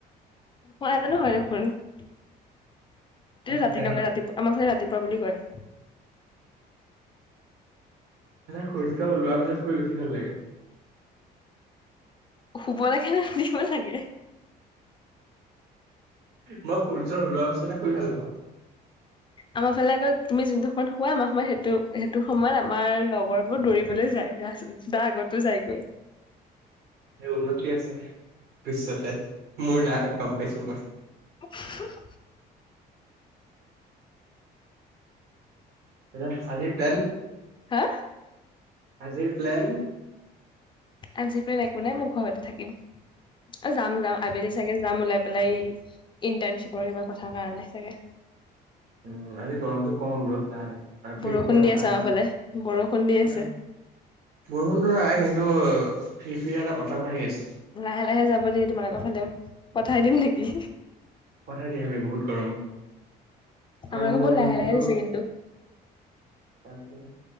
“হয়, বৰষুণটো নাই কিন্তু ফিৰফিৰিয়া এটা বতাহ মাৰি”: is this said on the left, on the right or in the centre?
Right